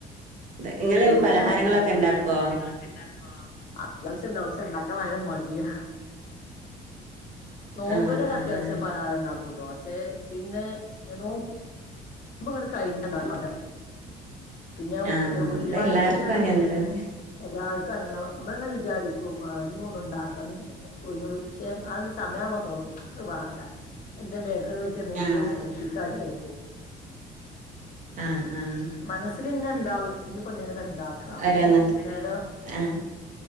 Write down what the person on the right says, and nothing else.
അതെ ഇങ്ങള്
പലഹാരങ്ങളൊക്കെ
ഇണ്ടാക്കോ
ആഹ് ആഹ്
ആഹ്
അതെല്ലാർക്കും
അങ്ങൻ തന്നെ
ആഹ്
ആഹ് ആഹ്
ഓരോന്ന്
ആഹ്